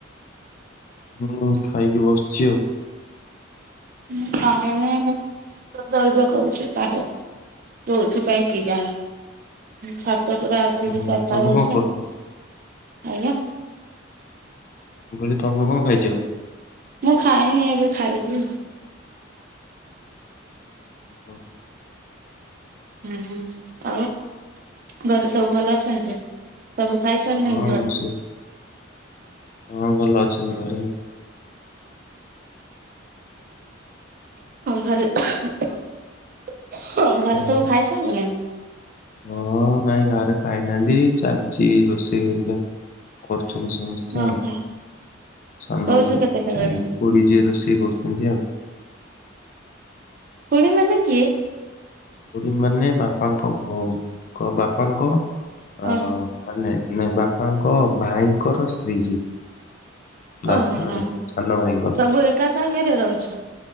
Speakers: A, on the left; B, on the right.
A: ହୁଁ ଖାଇକି ବସିଛି ଆଉ।
B: ମୁଁ ଖାଇନି ଜଳଖିଆ କରୁଛି କାଳେ। କୋଉଥି ପାଇଁ କି ଜାଣ। ଛାତ ଉପରେ ଆସିକି
A: ଓହୋ
B: କଥା
A: ତମେ
B: ହଉଛି
A: କଣ କରୁଛ
B: ଆଜ୍ଞା।
A: ମୁଁ କହଲି ତମେ କଣ ଖାଇଛ?
B: ମୁଁ ଖାଇନି ଏବେ ଖାଇବି।
A: ହୁଁ
B: ହୁଁ ଆଉ ଘରେ ସବୁ ଭଲ ଅଛନ୍ତି ସବୁ ଖାଇ ସାରିଲେଣି
A: ହଁ
B: ଘରେ?
A: ସବୁ ହଁ ଭଲ ଅଛନ୍ତି ଘରେ ଆଉ।
B: ଘରେ ଘରେ
A: ହୁଁ
B: ସବୁ
A: ହୁଁ।
B: ଖାଇସାଇଲେଣି?
A: ହଁ ନାଇଁ ଘାରେ ଖାଇନାହାନ୍ତି ଚାଲିଛି ରୋଷେଇ ହେରିକା କରୁଛନ୍ତି ସମସ୍ତେ।
B: ଓହୋ
A: ଆଛା ସାନ
B: ଶୋଉଛ କେତେଟା ବେଳେ
A: ଖୁଡି ଯିଏ ରୋଷେଇ କରୁଛନ୍ତି ଆଉ।
B: ଖୁଡ଼ି ମାନେ କିଏ?
A: ଖୁଡ଼ି ମାନେ ବାପାଙ୍କ ଭଉଣୀଙ୍କ ବାପାଙ୍କ ଅ
B: ଓ
A: ମାନେ ନାଇ ବାପାଙ୍କ ଭାଇଙ୍କର ସ୍ତ୍ରୀ ଯିଏ। ବା
B: ଓହୋ
A: ମାନେ
B: ହୋ
A: ସାନ ଭାଇଙ୍କ
B: ସବୁ ଏକା ସାଙ୍ଗରେ ରହୁଛ?